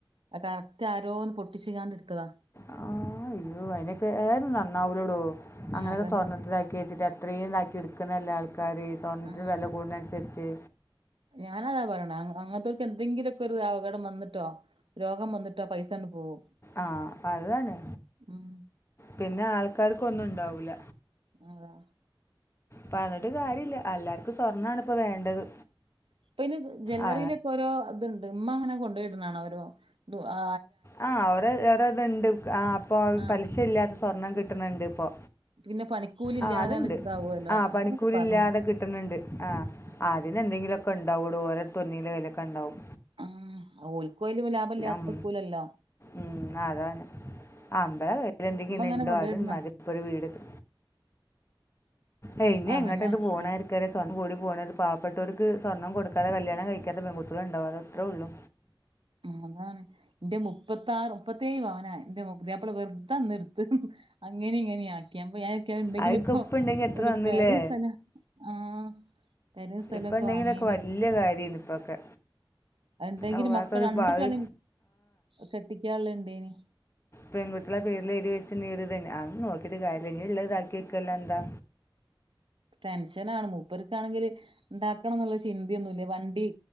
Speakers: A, on the right; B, on the left.
A: അ കറക്റ്റ് ആരോന്ന് പൊട്ടിച്ച്ക്കാ ടെട്തതാ.
B: ആ അയ്യോ അയ്നൊക്കെ ഏത് നന്നാവൂലെടോ അങ്ങനെയൊക്കെ
A: അതന്നെ
B: സ്വർണ്ണത്തിലാക്കിവെച്ചിട്ട് ത്രീതാക്കി എട്ക്ണല്ലേ ആൾക്കാര് സ്വർണത്തിന്
A: ആ
B: വെല കൂട്ന്നൻസര്ച്ച്.
A: ഞാനതാ പറിണെ അങ്ങൻ ത്തോൽക്ക് എന്തെങ്കിലൊക്കൊരു അപകടം വന്നിട്ടോ രോഗം വന്നിട്ട് ട്ടോ പൈസാണ്ട്‌ പോവും
B: ആ അതാണ്
A: മ്മ്.
B: പിന്നെ ആൾക്കാർക്കൊന്നുണ്ടാവൂല.
A: അതെ.
B: പർഞ്ഞിട്ട് കാര്യല്ല എല്ലാർക്കും സ്വർണ്ണണിപ്പ വേണ്ടത്.
A: ഇപ്പയ്ന് ജ്വല്ലറിയിലൊക്കെ
B: ആ
A: ഓരോ ഇത്ണ്ട് ഇമ്മ അങ്ങനെ കൊണ്ടോയിട്ണാണാ ഒരോ ദുആ
B: ആ ഓരോ ഓരോത്ണ്ട് ആപ്പൊ
A: ആ
B: പലിശ ഇല്ലാത്ത സ്വർണം കിട്ട്ണ്ണ ണ്ട്പ്പൊ.
A: പിന്നെ പണിക്കൂലി ഇല്ലാതെയാണ്
B: ആഹ് അത്ണ്ട്
A: ഇതാവുമല്ലോ
B: ആ
A: അങ്ങനൊക്കെ
B: പണിക്കൂലില്ലാതെ
A: പറഞ്ഞമ്മ
B: കിട്ട്ണ്ണ്ട് ആ അ തിന് എന്തങ്കിലൊക്കെ ഇണ്ടാവൊടൊ ഓലെര്ത്ത് ഒന്നിലെ വെലക്കെ ണ്ടാവും.
A: ആഹ് ഓൽക്കു അയില് പ്പ ലാഭല്ലാതക്കൂലല്ലോ
B: ഉം. ഉം അതാണ് അമ്പള കയ്യ്ല് എന്തെങ്കില്ണ്ടോ
A: ഉമ്മ ഇങ്ങനെ കൊണ്ടോയിടണ
B: അത് മതി ഇപ്പരു വീട്ക് ഏ ഞ്ഞ
A: അതന്നെ
B: എങ്ങട്ട ഇത് പോണാര്ക്ക സ്വർണം കൂടി പോണത് പാവപ്പെട്ടോര്ക്ക് സ്വർണം കൊടുക്കാതെ കല്യാണം കഴിക്കാത്ത പെൺക്കുട്ടിയാള് ഇണ്ടാവാ അത്രേ ഉള്ളൂ
A: ഉം അതാണ് ഇന്റെ മുപ്പത്താറ് മുപ്പത്തേഴ് പവനാ ഇന്റെ പുതിയാപ്പിള വെർതന്ന്ട്ത്ത് അങ്ങിനിം ഇങ്ങനിം ആക്കി. <unintelligible> ണ്ടെങ്കില്
B: അതൊക്കെ
A: പ്പൊ
B: ഇപ്പം ഉണ്ടെങ്കിൽ എത്ര
A: ഒരു
B: നന്നില്ലേ
A: പെരിം സ്ഥലം ആ പെരിം സ്ഥലൊക്കെ
B: ഇപ്പം ഉണ്ടെങ്കിലൊക്കെ
A: വാങ്ങയ്ന്
B: വലിയ കാര്യമാണ് ഇപ്പൊക്കെ
A: അ ഇണ്ടങ്കില്
B: അവർക്കൊരു
A: മക്ക് രണ്ട്
B: ഭാവി
A: ട്ടാണെ കെട്ടിക്കാള്ള ഇണ്ടേനി
B: പെൺകുട്ടിയാളെ പേര്ല് എയ്തിവെച്ച്ണ്ടെങ്കി ഒരു തെന്നെ അ നോക്കിയിട്ട് കാര്യല്ല ഇനിള്ള താക്കി വെക്കല്ലാതെന്താ
A: ടെൻഷനാണ് മൂപ്പർക്കാണെങ്കില് ഇണ്ടാക്കണം ന്ന്ള്ള ചിന്തെന്നുല്ല വണ്ടി